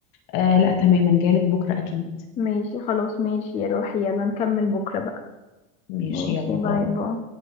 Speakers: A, on the left; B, on the left.
A: آه لا تماما جايلك بكره اكيد
B: ماشي خلاص ماشي يا روحي يلا نكمل بكرة بقى
A: ماشي
B: ماشي
A: يلا
B: باي
A: باي
B: باي